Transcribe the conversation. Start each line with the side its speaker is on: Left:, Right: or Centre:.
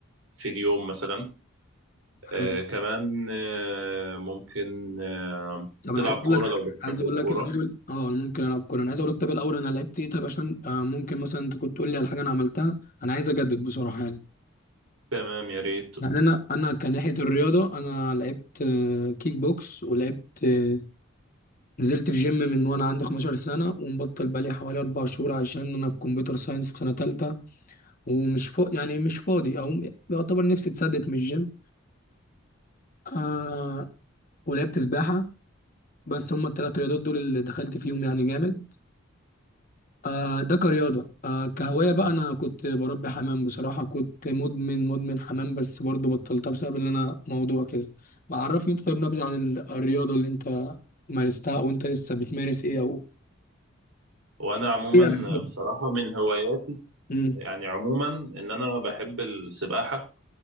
Right: في اليوم مثلا
Left: حلو.
Right: آه، كمان آه، ممكن آه،
Left: طب
Right: تلعب
Left: انا عايز اقول
Right: كورة
Left: لك
Right: لو بتحب
Left: عايز اقول
Right: الكورة
Left: لك الاول اه انا ممكن العب كوره انا عايز اقول لك طب الاول انا لعبت ايه طب عشان آه، ممكن مثلا انت كنت تقول لي على حاجه انا عملتها انا عايز اجدد بصراحه يعني
Right: تمام يا ريت
Left: يعني انا انا كناحيه الرياضه انا لعبت آه، كيك بوكس ولعبت آه، نزلت الجيم من وانا عندي 15 سنه ومبطل بقالي حوالي اربع شهور عشان انا في كمبيوتر ساينس في سنه تالتة ومش فا... يعني مش فاضي او م- يعتبر نفسي اتسدت من الجيم آه... ولعبت سباحه بس هما الثلاث رياضات دول اللي دخلت فيهم يعني جامد آه ده كرياضة آه كهواية بقى أنا كنت بربي حمام بصراحة كنت مدمن مدمن حمام بس برضو بطلتها بسبب إن أنا موضوع كده بعرفني أنت طيب نبذة عن ال- الرياضة اللي أنت مارستها أو أنت لسه بتمارس إيه أو
Right: وانا عموما
Left: إيه قبل كده
Right: بصراحة من هواياتي
Left: امم
Right: يعني عموما ان انا بحب السباحة